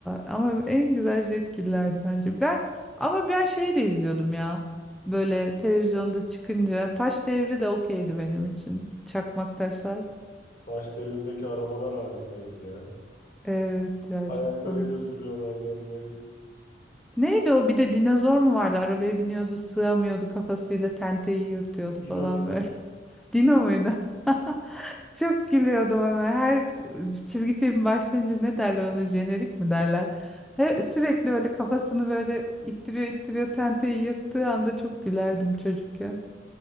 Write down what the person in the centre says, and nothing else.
ama en güzel Jetgiller'di bence. Ben ama ben şeyi de izliyordum ya böyle televizyonda çıkınca Taş Devri de okeydi benim için. Çakmak Taşlar.
Evet ya
çok komik.
Neydi o? Bir de dinozor mu vardı? Arabaya biniyordu, sığamıyordu kafasıyla tenteyi yırtıyordu
falan
böyle. <laughs> Dino muydu? <laughs> Çok gülüyordum ona. Her çizgi film başlayınca ne derler ona? Jenerik mi derler? He, sürekli böyle kafasını böyle ittiriyor ittiriyor tenteyi yırttığı anda çok gülerdim çocukken.